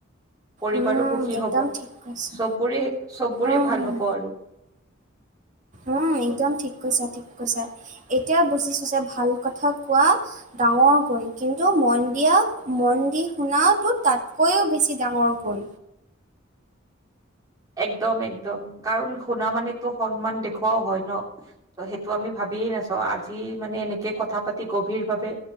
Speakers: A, on the right; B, on the right.
A: পৰিবাৰো
B: উম
A: সুখী
B: একদম
A: হব
B: ঠিক কৈছা
A: চববোৰে চববোৰে
B: উম
A: ভাল হব আৰু
B: উম একদম ঠিক কৈছা ঠিক কৈছা এতিয়া বুজিছো যে ভাল কথা কোৱা ডাঙৰ গুণ কিন্তু মন দিয়া মন দি শুনাটো তাতকৈও বেছি ডাঙৰ গুণ
A: একদম একদম কাৰণ শুনা মানেটো সন্মান দেখুুৱাও হয় ন ত সেইটো আমি ভাবিয়ে থাকে আজি মানে এনেকে কথা পাতি গভীৰ ভাৱে